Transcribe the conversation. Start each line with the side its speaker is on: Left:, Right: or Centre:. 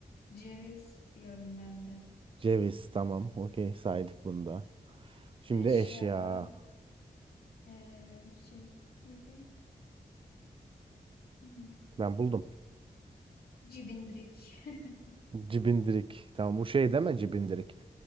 Left: Ceviz diyorum ben de.
Right: Ceviz tamam. Okey saydık bunu da. Şimdi
Left: Eşya.
Right: eşya.
Left: ee, şey neydi? Hmm,
Right: Ben buldum.
Left: Cibindirik. <laughs>
Right: Cibindirik. Tamam bu şey deme cibindirik.